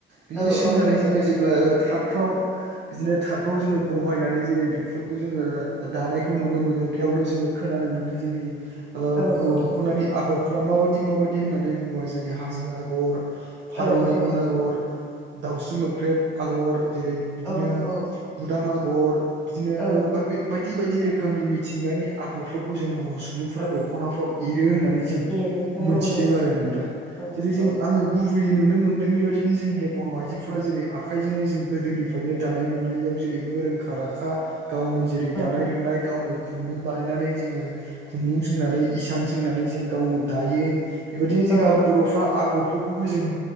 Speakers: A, on the right; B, in the centre.
A: बिदि
B: औ
A: सोंनानै
B: औ नंगौ
A: जोङो जे अब्ला थारफ्राव बिदिनो थारफ्राव जोङो बहायनानै जेरै बेफोरखौ जोङो दानायखौ नुनो मोनो बेयावनो जोङो खोनानो मोनो जोंनि
B: औ
A: बर'
B: औ
A: दख'नानि आगर आफ्रा माबायदि माबायदि होननानै बुङोबा जेरै हाजो आगर फारौ
B: औ
A: मेगन
B: औ
A: आगर दाउस्रि मोख्रेब आगर। जेरै बिदिनो
B: औ औ
A: बुदाम आगर बिदिनो
B: औ
A: बा बे बायदि बायदि रोखोमनि मिथिंगानि आगरफोरखौ जों बर' सुबुं सुबुंफ्रा
B: औ
A: दख'नाफ्राव एरो होननानै जों
B: एरो नंगौ
A: मोनथिदों
B: नंगौ
A: आरो नोंथां
B: औ
A: जेरै
B: औ
A: जों आ ओं गुबैयै नुनो मोनदों बेबायदिनो जोंनि बर' आइजोफोरा जेरै आखाइजोंनो जों गोदोनिफ्रायनो दानाय लुनायाव जेरैबो रोंखा राखा गावनो जेरै
B: औ
A: दानाय लुनाय गावनो खुन्दुं बानायनानै जोङो खुन्दुं सोंनानै इसान सोंनानै जों गावनो दायो बेबायदिनो
B: औ
A: जोंहा बर'फ्रा आगर बेफोरखौबो जों